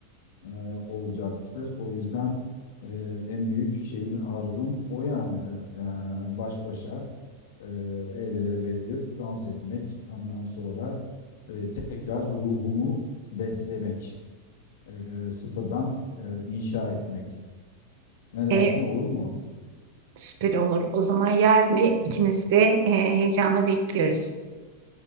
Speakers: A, on the left (about 55°); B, on the right (about 50°).
A: e, olacaktır. O yüzden e, en büyük şeyim arzum o yani E, baş başa e, el ele verip dans etmek. Ondan sonra e, tekrar ruhumu beslemek, e, sıfırdan e, inşa etmek. Ne dersin
B: E,
A: olur mu?
B: süper olur. O zaman yarın ikimiz de e, heyecanla bekliyoruz.